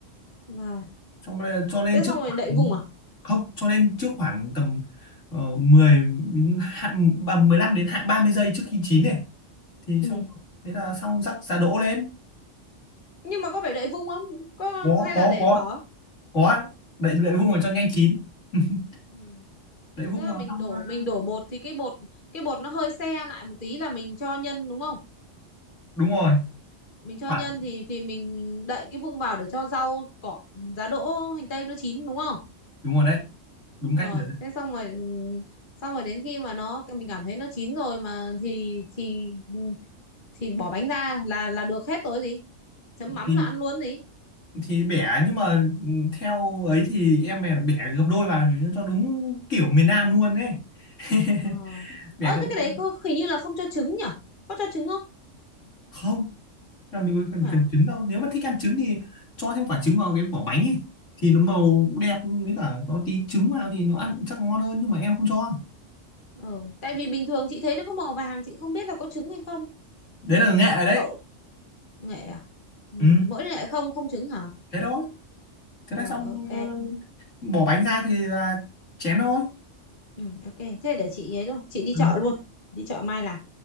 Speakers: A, on the left; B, on the left.
A: rồi
B: xong bắt đầu cho lên
A: thế
B: trước
A: xong rồi
B: khoảng
A: đậy vung à
B: không cho lên trước khoảng tầm uh, 10 đến hạ, ba- 15 đến hạ 30 giây trước khi chín này thì
A: ừ.
B: xong rồi- thế là xong rắc giá đỗ lên
A: nhưng mà có phải đậy vung không có
B: có
A: hay
B: có
A: là để
B: có
A: hở
B: có đậy đậy vung vào cho nhanh chín <laughs>
A: ừ.
B: đậy vung
A: tức là
B: vào
A: mình
B: xong
A: đổ
B: ờ,
A: mình đổ bột thì cái bột cái bột nó hơi se lại một tí là mình cho nhân đúng không
B: đúng rồi
A: mình cho
B: khoảng
A: nhân thì thì mình đậy cái vung vào để cho rau cỏ giá đỗ hành tây nó chín đúng không
B: đúng rồi đấy đúng
A: rồi
B: cách nữa đấy.
A: thế xong rồi ừ, xong rồi đến khi mà nó mình cảm thấy nó chín rồi mà thì thì ừ, thì bỏ bánh ra là là được hết rồi gì chấm mắm
B: thì
A: là ăn luôn gì
B: thì bẻ nhưng mà ừ, theo ấy thì em bẻ, bẻ gấp đôi vào cho đúng kiểu miền Nam luôn đấy <laughs>
A: ờ
B: bẻ
A: ờ
B: gấp
A: thế cái
B: đôi
A: đấy có hình như là không cho trứng nhở có cho trứng không
B: không làm gì có cần
A: hả
B: cần trứng đâu nếu mà thích ăn trứng thì cho thêm quả trứng vào cái vỏ bánh ấy thì nó màu đẹp với cả có tí trứng vào thì nó ăn chắc ngon hơn nhưng mà em không cho
A: ờ tại vì bình thường chị thấy nó có màu vàng chị không biết là có trứng hay không
B: đấy là nghệ rồi đấy
A: cậu nghệ à ừ.
B: ừ
A: mỗi nghệ không không trứng hả
B: thế thôi thế
A: rồi
B: là xong
A: ok
B: ờ, bỏ bánh ra thì là chén thôi
A: ừ, ok thế để chị ấy luôn chị đi
B: ừ.
A: chợ luôn đi chợ mai làm